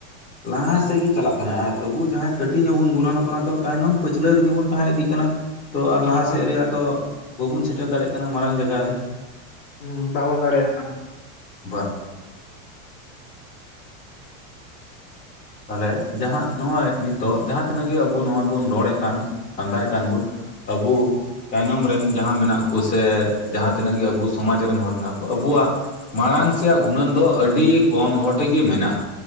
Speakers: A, on the left; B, on the left.
A: ᱞᱟᱦᱟ ᱥᱮᱫ ᱜᱮ ᱪᱟᱞᱟᱜ ᱠᱟᱱᱟ ᱟᱨ ᱟᱹᱵᱩ ᱡᱟᱦᱟᱸ ᱠᱟᱹᱴᱤᱡ ᱧᱚᱜ ᱵᱚᱱ ᱜᱩᱱᱟᱹᱱᱚᱜ ᱠᱟᱱᱟ ᱛᱚ ᱛᱟᱭᱱᱚᱢ ᱯᱟᱹᱪᱷᱞᱟᱹ ᱨᱮᱜᱮ ᱵᱚᱱ ᱛᱟᱦᱮᱸ ᱤᱫᱤᱜ ᱠᱟᱱᱟ ᱛᱚ ᱟᱨ ᱞᱟᱦᱟ
B: ᱦᱚᱸ
A: ᱥᱮᱜ ᱨᱮᱭᱟᱜ ᱫᱚ ᱵᱟᱵᱚᱱ ᱥᱮᱴᱮᱨ ᱫᱟᱲᱮᱭᱟᱜ ᱠᱟᱱᱟ ᱢᱟᱨᱟᱝ ᱡᱟᱭᱜᱟ ᱨᱮ
B: ᱦᱩᱸ ᱵᱟᱵᱚᱱ ᱫᱟᱲᱮᱭᱟᱜ ᱠᱟᱱᱟ᱾
A: ᱵᱟᱝ ᱛᱟᱦᱞᱮ ᱡᱟᱦᱟᱸ ᱱᱚᱜᱼᱚᱭ ᱱᱤᱛᱚᱜ ᱡᱟᱦᱟᱸ ᱛᱤᱱᱟᱹᱜ ᱜᱮ ᱟᱵᱚ ᱱᱚᱜᱼᱚᱭ ᱵᱚᱱ ᱨᱚᱲᱮᱜ ᱠᱟᱱ ᱞᱟᱸᱫᱟᱭᱮᱜ ᱠᱟᱱ ᱵᱚᱱ ᱟᱵᱳ ᱛᱟᱭᱱᱚᱢ ᱨᱮᱱ ᱡᱟᱦᱟᱸ ᱢᱮᱱᱟᱜ ᱠᱚ ᱥᱮ ᱡᱟᱦᱟᱸ ᱛᱤᱱᱟᱹᱜ ᱜᱮ ᱟᱵᱩ ᱥᱚᱢᱟᱡᱽ ᱨᱮᱱ ᱦᱚᱲ ᱢᱮᱱᱟᱜ ᱠᱚ ᱟᱵᱩᱣᱟᱜ ᱢᱟᱲᱟᱝ ᱥᱮᱭᱟᱜ ᱜᱩᱱᱟᱹᱱ ᱫᱚ ᱟᱹᱰᱤ ᱠᱚᱢ ᱦᱚᱲ ᱴᱷᱮᱡᱼᱜᱮ ᱢᱮᱱᱟᱜᱼᱟ᱾